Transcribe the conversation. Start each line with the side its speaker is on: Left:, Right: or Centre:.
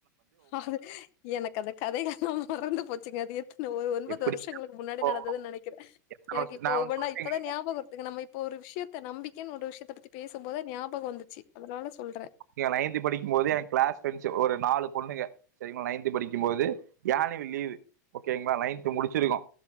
Left: அது எனக்கு அந்த கதைகள்லா மறந்து போச்சுங்க அது எ ஒரு ஒன்பது
Right: எப்படி
Left: வருஷங்களுக்கு முன்னாடி
Right: இப்போ
Left: நடந்ததுன்னு நெனைக்கிறே
Right: எத்தன
Left: எனக்கு
Right: வருஷ
Left: இப்போ
Right: நான்
Left: ஒவ்வொன்னா
Right: ஒண்ணு சொல்றேங்க
Left: இப்பதா ஞாபகம் வருத்துங்க நம்ம இப்போ ஒரு விஷயத்த நம்பிக்கன்னு ஒரு விஷயத்த பத்தி பேசும்போது ஒரு ஞாபகோ வந்துச்சு அதனால சொல்றே
Right: அப்டியா நைன்த் படிக்கும் போது என் கிளாஸ் ஃரெண்ட்ஸ் ஒரு நாலு பொண்ணுங்க சேரிங்களா நைன்து படிக்கும்போது அன்வெளி லீவு ஓகேங்களா நைன்த்து முடிச்சிருக்கோ